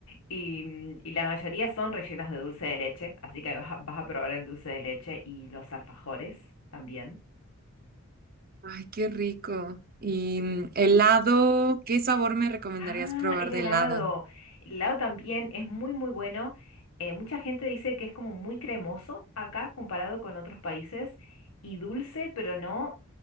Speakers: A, on the left (about 70°); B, on the right (about 40°).
A: Y, mm, y la mayoría son rellenos de dulce de leche, así que vas a, vas a probar el dulce de leche y los alfajores también.
B: Ay, qué rico. Y
A: Sí.
B: mm, helado, ¿qué sabor me recomendarías
A: Ah,
B: probar
A: el helado.
B: de helado?
A: El helado también es muy, muy bueno. Eh, mucha gente dice que es como muy cremoso acá comparado con otros países y dulce, pero no,